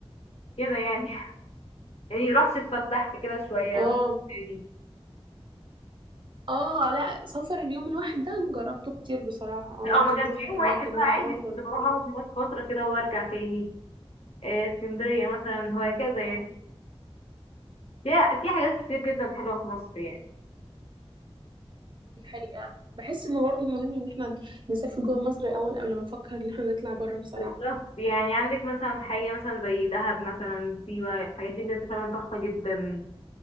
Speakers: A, on the left; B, on the right.
A: كده يعني <laughs> يعني رحت اتفسحت كده شويه
B: اه
A: تاني
B: اه لا سفر اليوم الواحد ده جربته كتير بصراحة اه انتي
A: اه ما كانش
B: تروحي
A: يوم
B: اماكن
A: واحد لا
B: رحت
A: عادي
B: برضه بنطلون
A: كنت بروح اقعد هناك فتره كده وبرجع تاني آه، اسكندريه مثلا هكذا
B: اه
A: يعني فيها في حاجات كتير جدا حلوة في مصر يعني
B: دي حقيقة بحس انه برضه مهم ان احنا نسافر جوا مصر الاول قبل ما نفكر ان احنا نطلع بره بصراحة
A: بالظبط. يعني عندك مثلا حاجة مثلا زي دهب مثلا سيوة الحاجات دي بجد فعلا تحفة جدا